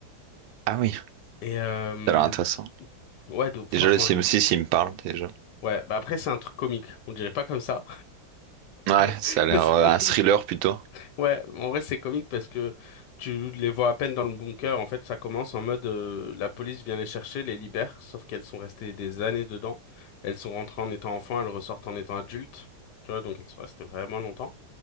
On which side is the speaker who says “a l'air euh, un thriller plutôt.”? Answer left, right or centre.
Right